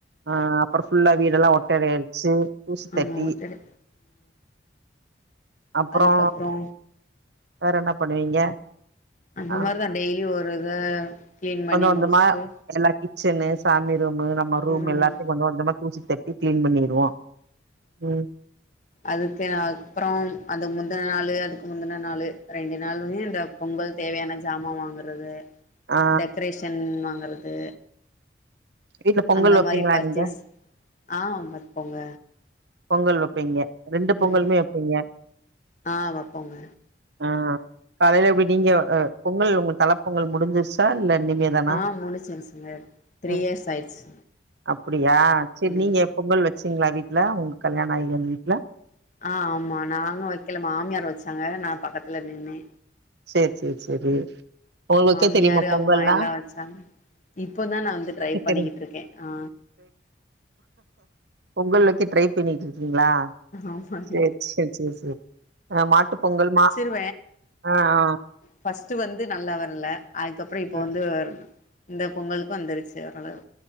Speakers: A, on the right; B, on the left.
A: அ அப்றோ ஃபுல்லா வீடெல்லா ஒட்டறையடிச்சு தூசி தட்டி
B: ஆமா ஒட்டட
A: <inaudible> அப்பறோ
B: அதுக்கப்றோ
A: வேற என்ன பண்ணுவீங்க
B: அந்த
A: ஆ
B: மாரிதா டெய்லியு கிளீன் பண்ணி
A: கொஞ்ச கொஞ்சமா
B: முடிச்சுட்டு
A: எல்லா கிச்சனு சாமி ரூம்மு நம்ம ரூம்மு
B: ம்
A: எல்லாத்தையு கொஞ்ச கொஞ்சமா தூசி தட்டி கிளீன் பண்ணிருவோ ம்
B: அதுக்கு அப்புறம் அது முந்தின நாளு அதுக்கு முந்தின நாளு ரெண்டு நாளு மீந்ந பொங்கல் தேவையான ஜாமா வாங்குறது
A: ஆ
B: டெக்கரேஷன் வாங்குறது
A: வீட்ல பொங்கல்
B: அந்த
A: வப்பீங்களா
B: மாரி பர்ஜஸ்
A: நீங்க
B: அ வப்போங்க
A: பொங்கல் வைப்பீங்க ரெண்டு பொங்கலுமே
B: ம்
A: வைப்பீங்க
B: ஆ வப்போங்க
A: அ காலையில விடிங்க பொங்கல் உங்க தலப் பொங்கல் முடிஞ்சிருச்சா இல்ல இனிமே தானா
B: ஆ முடிச்சிருச்சுங்க த்ரீ
A: ம்
B: இயர்ஸ் ஆயிடுச்சு
A: அப்டியா சேரி
B: ம்
A: நீங்க எப் பொங்கல் வச்சீங்ளா வீட்ல உங்க கல்யாண ஆகி வந்த வீட்ல
B: அ ஆமா நானு வைக்கல மாமியார் வச்சாங்க நா பக்கத்துல நின்னே
A: சேர் சேர் சேரி உங்களுக்கு
B: மாமியாரு
A: வைக்க தெரியுமா பொங்கல்லா
B: அம்மா எல்லா வச்சாங்க இப்பதா நா வந்து ட்ரை பண்ணிக்கிட்டு
A: தெரியு
B: இருக்க அ
A: பொங்கல் வைக்க ட்ரை ட்ரை பண்ணிட்டு இருக்கீங்ளா
B: ஆமாங்க
A: சேர் சேர் சேரி சேரி அ மாட்டு பொங்கல் மா
B: வச்சே
A: ஆ ஆ
B: ஃபஸ்ட் வந்து நல்லா வரல அதுக்கப்றோ இப்ப
A: ம்
B: வந்து இந்த பொங்கலுக்கும் வந்துருச்சு ஓரளவு